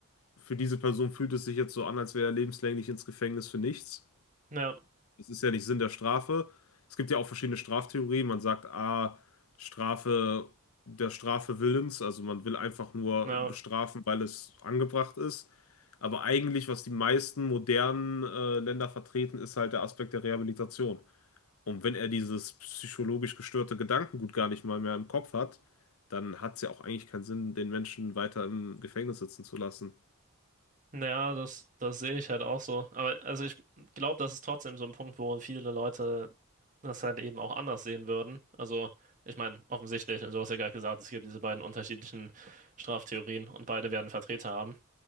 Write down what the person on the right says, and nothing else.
Ja,
ja,
ja, das, das sehe ich halt auch so. Aber also ich glaube, das ist trotzdem so ein Punkt, wo viele Leute das halt eben auch anders sehen würden. Also ich meine, offensichtlich, also du hast ja gerade gesagt, es gibt diese beiden unterschiedlichen Straftheorien und beide werden Vertreter haben.